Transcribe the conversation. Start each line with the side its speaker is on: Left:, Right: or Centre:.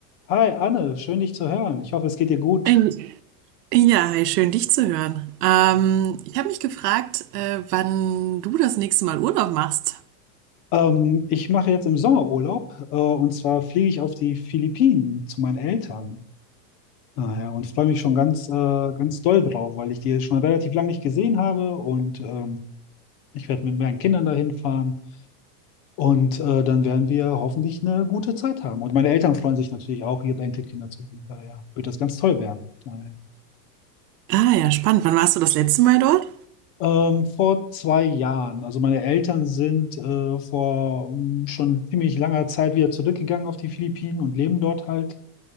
Left: Hi Anne, schön dich zu hören. Ich hoffe, es geht dir gut.
Right: Ähm, ja, hi, schön dich zu hören. Ähm, ich habe mich gefragt, äh, wann du das nächste Mal Urlaub machst.
Left: Ähm, ich mache jetzt im Sommerurlaub äh, und zwar fliege ich auf die Philippinen zu meinen Eltern. Naja, und freue mich schon ganz, äh, ganz doll drauf, weil ich die schon relativ lange nicht gesehen habe und ähm, ich werde mit meinen Kindern dahin fahren und äh, dann werden wir hoffentlich eine gute Zeit haben. Und meine Eltern freuen sich natürlich auch, ihre Enkelkinder zu sehen. Daher wird das ganz toll werden. Daher.
Right: Ah ja, spannend. Wann warst du das letzte Mal dort?
Left: Ähm, vor zwei Jahren. Also meine Eltern sind äh, vor ähm, schon ziemlich langer Zeit wieder zurückgegangen auf die Philippinen und leben dort halt.